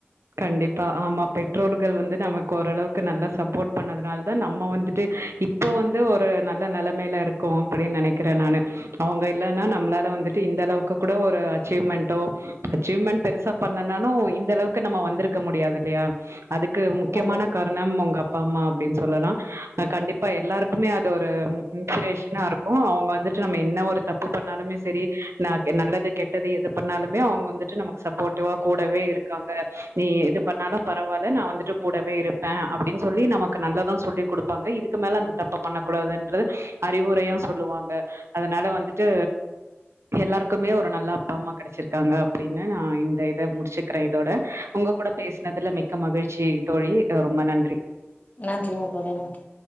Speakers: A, on the right; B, on the left.
A: கண்டிப்பா ஆமா பெற்றோர்கள் வந்து நமக்கு ஓரளவுக்கு நல்லா சப்போர்ட் பண்ணதுனால தான் நம்ம வந்துட்டு இப் போ வந்து ஒரு நல்ல நிலைமையில இருக்கோம் அப்டின்னு நினைக்கிறேன் நானு அவங்க இல்லன்னா நம்மளால வந்துட்டு இந்த அளவுக்கு கூட ஒரு அச்சீவ்மெண்ட்டோ அச்சீவ்மெண்ட் பெருசா பண்ணேனாலும் இந்தளவ் க்கு நம்ம வந்திருக்க முடியாது இல்லையா அதுக்கு முக்கியமான
B: கண்டிப்பா
A: காரணம் உங்க அப் அப்பா அம்மா அப்டின்னு சொல்லலாம் கண்டிப்பா எல்லாருக்குமே அது ஒரு இன்ஸ்பிரேஷனா இரு க்கும் அவங்க வந்துட்டு நம்ம என்ன ஒரு தப்பு பண்ணாலுமே சேரி ந நல்லது கெட்டது எது பண்ணாலுமே அவங்க வந்துட்டு நமக்கு சப்போர்ட்டிவா கூடவே இருக்காங்க நீ இது பண்ணாலும் பரவாயில்ல நான் வந்துட்டு கூடவே இருப்பேன் அப்டின்னு சொல்லி நமக்கு நல்லதான் சொல்லி் கொடுப் ப்பங்க இதுக்கு மேல அந்த தப்ப பண்ணக்கூடாதுன்றது அறிவுரையு சொல்லுவாங்க அதனால வந்துட்டு எல்லாருக்குமே ஒரு நல்ல அப்பா அம்மா கெடச்சிருக்காங்க அப்டினு நா இந்த இத முடிச்சுக்கிறேன் இதோட உங்க கூட பேஸ்னதுல மிக்க மகிழ்ச்சி தோழி அ ரொம்ப நன்றி
B: நன்றிங்க தோழி நன்றி